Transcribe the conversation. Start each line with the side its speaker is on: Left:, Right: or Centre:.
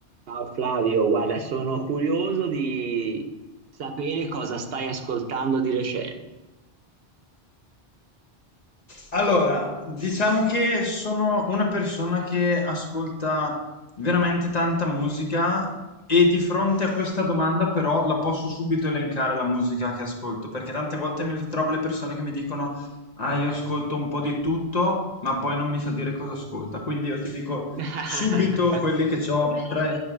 Right: Ciao Flavio, guarda, sono curioso di sapere cosa stai ascoltando di recente.
Left: Allora, diciamo che sono una persona che ascolta veramente tanta musica e di fronte a questa domanda però la posso subito elencare la musica che ascolto, perché tante volte mi ritrovo le persone che mi dicono, ah, io ascolto un po' di tutto, ma poi non mi sa dire cosa ascolta. Quindi io ti dico
Right: <laughs>
Left: subito quelli che ho tra,